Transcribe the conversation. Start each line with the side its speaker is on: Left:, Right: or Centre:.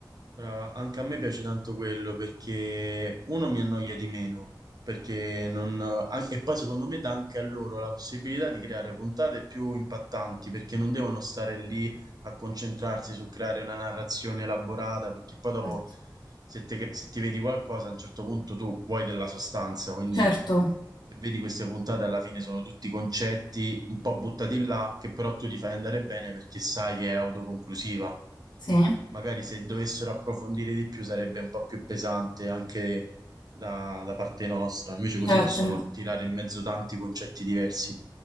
Right: Brava, anche a me piace tanto quello perché uno mi annoia di meno, perché non... an- e poi secondo me dà anche a loro la possibilità di creare puntate più impattanti, perché non devono stare lì a concentrarsi su creare una narrazione elaborata, perché poi dopo
Left: Infatti.
Right: se, te- se ti vedi qualcosa a un certo punto tu vuoi della sostanza, quindi
Left: Certo,
Right: se vedi queste puntate alla fine sono tutti concetti un po' buttati là, che però tu li fai andare bene perché sai che è autoconclusiva
Left: sì,
Right: magari se dovessero approfondire di più sarebbe un po' più pesante anche da, da parte nostra, invece così
Left: certo.
Right: possono tirare in mezzo tanti concetti diversi.